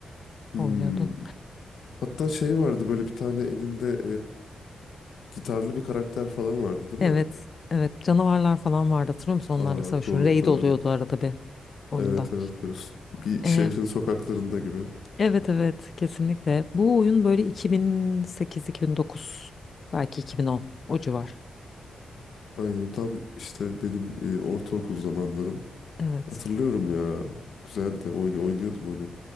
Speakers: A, on the left; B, on the left.
A: Hmm.
B: oynuyordun.
A: Hatta şey vardı böyle bir tane elinde e, gitarlı bir karakter falan vardı değil
B: Evet.
A: mi?
B: Evet. Canavarlar falan vardı hatırlıyor musun? Onlarla
A: Aa
B: savaşıyor.
A: doğru
B: Raid
A: doğru.
B: oluyordu arada bir oyunda.
A: Evet evet böyle s- bir
B: Ee,
A: şehrin sokaklarında gibi.
B: evet evet kesinlikle. Bu oyun böyle 2008-2009 belki 2010 o civar.
A: Aynen tam işte benim e, ortaokul zamanlarım.
B: Evet.
A: Hatırlıyorum ya. Güzeldi. Oyunu oynuyordum onu.